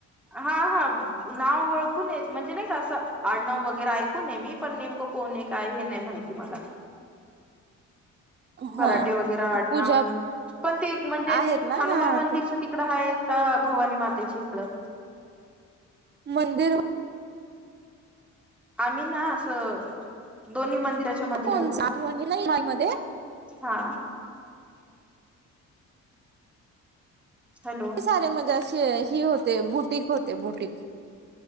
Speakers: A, in the centre; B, on the right.
A: हा हा नाव ओळखून आहे म्हणजे नाही का असं आडनाव वगैरे ऐकून आहे मी पण नेमकं कोण आहे काय हे नाही माहित तुम्हाला
B: हा
A: भराटे वगैरे आडनाव
B: पूजा
A: पण ते म्हणजे
B: आहेत ना
A: हनुमान
B: हा
A: मंदिरच्या
B: ते
A: तिकडं आहेत अ भवानी मातेच्याे हिकडं
B: मंदिर
A: आम्ही ना असं दोन्ही मंदिराच्या मध्ये
B: कोणच
A: राहतो
B: आठवणी नाही माई मध्ये
A: हा हॅलो
B: ही सारे म्हणजे अशे ही होते बुटीक होते बुटीक